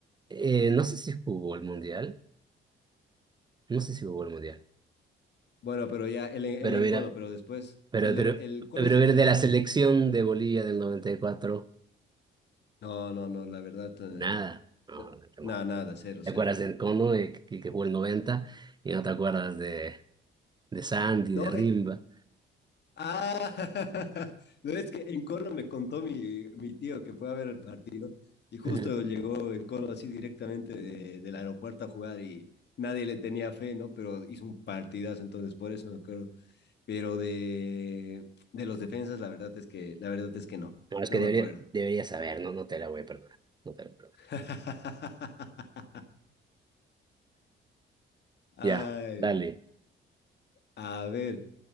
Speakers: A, on the right; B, on the left.
A: Eh, no sé si jugó el mundial, no sé si jugó el mundial,
B: Bueno, pero ya, el, el
A: pero
B: Encono,
A: mira,
B: pero después,
A: pero,
B: el, de-
A: pero,
B: el, ¿cuál
A: pero
B: es el
A: mira,
B: defensor?
A: de la selección de Bolivia del 94,
B: No, no, no, la verdad, eh,
A: nada, no,
B: na-
A: no, no,
B: nada, nada, cero,
A: ¿Te
B: cero.
A: acuerdas de Encono, de, que, que jugó el noventa Y no te acuerdas de, de Sandy,
B: No,
A: de Rimba.
B: e- Ah, <laughs> no es que en Cono me contó mi, mi tío que fue a ver el partido y justo
A: Ujú.
B: llegó en Cono así directamente de- del aeropuerto a jugar y nadie le tenía fe, ¿no? Pero hizo un partidazo, entonces por eso me acuerdo. Pero de, de los defensas, la verdad es que, la verdad es que no,
A: No, es que
B: no
A: debería,
B: me acuerdo.
A: debería saber, no, no te la voy a perdonar. No te la voy a perdonar.
B: <laughs> Ay,
A: Ya, dale.
B: a ver,